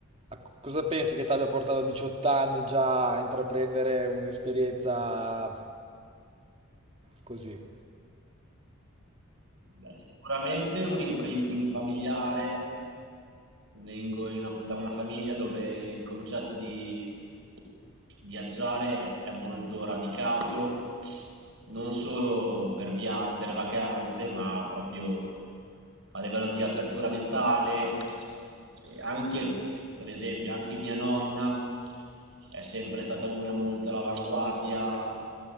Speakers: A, on the right (about 25°); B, on the right (about 55°).
A: a co- cosa pensi che ti abbia portato a 18 anni già a intraprendere un'esperienza così?
B: Beh, Sicuramente un imprinting familiare vengo in una- da una famiglia dove il concetto di viaggiare è molto radicato, non solo per, via- per vacanze, ma proprio a livello di apertura mentale. E Anche, per esempio, anche mia nonna è sempre stata una molto all'avanguardia